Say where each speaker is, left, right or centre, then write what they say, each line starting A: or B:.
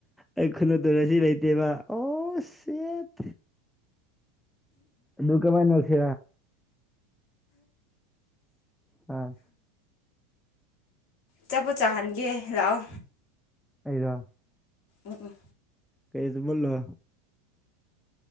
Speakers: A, in the centre; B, on the left.
A: ꯑꯩ ꯈꯨꯅ ꯇꯔꯁꯤ ꯂꯩꯇꯦꯕ ꯑꯣ ꯁꯦꯠ ꯑꯗꯨꯗꯨ ꯀꯃꯥꯏꯅ ꯅꯁꯤ ꯑ
B: ꯆꯄꯣꯠ ꯆꯥꯍꯟꯒꯦ ꯂꯥꯛꯑꯣ
A: ꯑꯩꯔ
B: ꯎ ꯎ
A: ꯀꯩꯖꯨꯕꯜꯂꯣ